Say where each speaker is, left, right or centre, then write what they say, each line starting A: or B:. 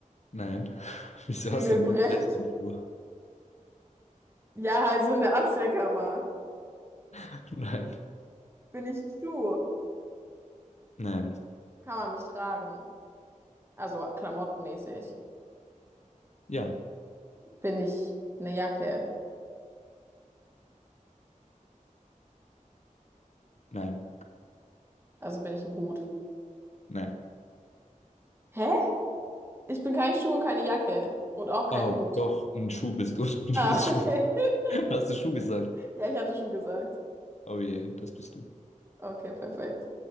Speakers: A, on the left; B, on the right.
A: Nein. <laughs> Wieso
B: Bügelbrett.
A: hast du Mühe geleistet im
B: <laughs>
A: Flur?
B: Ja, also in der Abstellkammer.
A: <laughs> Nein.
B: Bin ich ein Schuh?
A: Nein.
B: Kann man mich tragen? Also klamottenmäßig.
A: Ja.
B: Bin ich eine Jacke?
A: Nein.
B: Also bin ich ein Hut?
A: Nein.
B: Hä? Ich bin kein Schuh und keine Jacke. Und auch kein
A: Oh,
B: Hut.
A: doch, ein Schuh bist du. <laughs> Du
B: Ah,
A: bist
B: okay.
A: Schuh.
B: <laughs>
A: Hast du Schuh gesagt?
B: Ja, ich hatte Schuh gesagt.
A: Oh je, das bist du.
B: Okay, perfekt.